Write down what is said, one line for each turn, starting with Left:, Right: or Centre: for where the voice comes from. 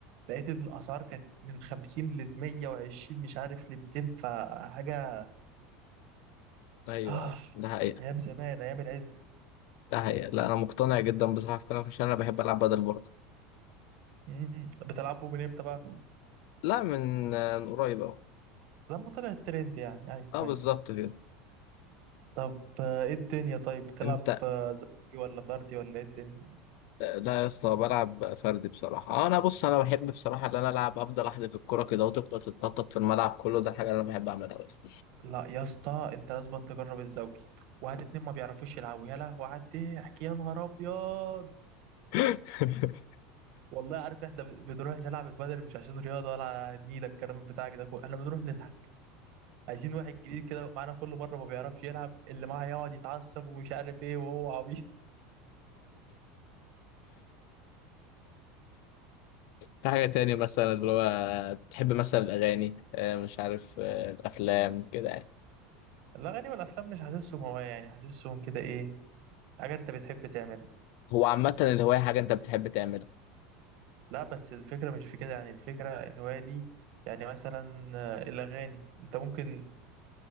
Right: لقيت الاسعار كانت من 50 ل 120 مش عارف ل 200 فحاجه
Left: <laughs> ايوه
Right: آه.
Left: ايوه ده حقيقة
Right: ايام زمان ايام العز
Left: ده حقيقة لا أنا مقتنع جدا بصراحة في كلامك عشان أنا بحب ألعب بدل برضه
Right: مم. بتلعبوا من امتى بقى
Left: لا من آه، من قريب أهو
Right: لما طلعت ترند يعني ايوه
Left: أه
Right: ايوه
Left: بالظبط كده
Right: طب آه، ايه الدنيا طيب بتلعب
Left: أنت
Right: آه، زوجي ولا فردي ولا ايه الدنيا
Left: آه، لا يا اسطى بلعب فردي بصراحة أه أنا بص أنا بحب بصراحة إن أنا ألعب أفضل أحدف الكرة كده وتفضل تتنطط في الملعب كله ده الحاجة اللي أنا بحب أعملها بس
Right: لا يا اسطى انت لازم تجرب الزوجي وهات اتنين ما بيعرفوش يلعبوا يا لهوي على الضحك يا نهار ابيض
Left: <laughs>
Right: والله عارف احنا ب- بنروح نلعب البدل مش عشان رياضه ولا نيلة الكلام بتاعك ده كله احنا بنروح نضحك عايزين واحد جديد كده معانا كل مره ما بيعرفش يلعب اللي معاه يقعد يتعصب ومش عارف ايه وهو عبيط
Left: في حاجة تاني مثلا اللي هو تحب مثلا الأغاني آه، مش عارف آه، الأفلام كده يعني
Right: <laughs> الاغاني والافلام مش حاسسهم هوايه يعني حاسسهم كده ايه حاجه انت بتحب تعملها
Left: هو عامة الهواية حاجة أنت بتحب تعملها
Right: لا بس الفكره مش في كده يعني الفكره الهوايه دي يعني مثلا آه، الاغاني انت ممكن